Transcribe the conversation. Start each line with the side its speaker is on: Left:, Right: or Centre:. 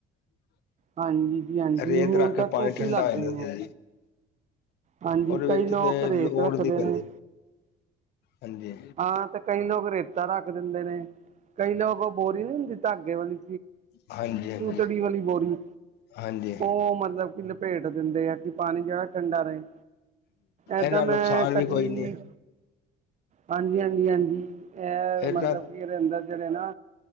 Right: ਹਾਂਜੀ ਜੀ ਹਾਂਜੀ
Left: ਰੇਤ
Right: ਹੁਣ
Left: ਰੱਖ
Right: ਤਾਂ
Left: ਕੇ ਪਾਨੀ
Right: ਟੂਟੀ
Left: ਠੰਡਾ
Right: ਲੱਗ
Left: ਹੋ
Right: ਗਈ ਮੂੰਹ
Left: ਜਾਂਦਾ।
Right: ਹਾਂਜੀ
Left: ਉਹਦੇ
Right: ਕਈ
Left: ਵਿੱਚ
Right: ਲੋਕ
Left: ਤੇ
Right: ਰੇਤ
Left: ਲੋੜ
Right: ਰੱਖਦੇ
Left: ਨੀ ਪੈਂਦੀ
Right: ਨੇ।
Left: ਹਾਂਜੀ
Right: ਹਾਂ ਤੇ ਕਈ ਲੋਕ ਰੇਤਾ ਰੱਖ ਦਿੰਦੇ ਨੇ। ਕਈ ਲੋਕ ਔਹ ਬੋਰੀ ਨਹੀਂ ਹੁੰਦੀ ਧਾਗੇ ਵਾਲੀ
Left: ਹਾਂਜੀ ਹਾਂਜੀ
Right: ਸੂਤੜੀ ਵਾਲੀ ਬੋਰੀ।
Left: ਹਾਂਜੀ
Right: ਉਹ ਮਤਲਬ ਕਿ ਲਪੇਟ ਦਿੰਦੇ ਆ ਕਿ ਪਾਨੀ ਜੈੱਦਾ ਠੰਡਾ ਰਹੇ। ਏਦਾਂ
Left: ਏਦਾ
Right: ਮੈਂ
Left: ਨੁਕਸਾਨ
Right: ਕਦੀ
Left: ਵੀ ਕੋਈ ਨੀ।
Right: ਹਾਂਜੀ, ਹਾਂਜੀ, ਹਾਂਜੀ ਏਹ
Left: ਇਹਦਾ
Right: ਮਤਲਬ ਕਿ ਏਦੇ ਅੰਦਰ ਜੇਹੜੇ ਨਾ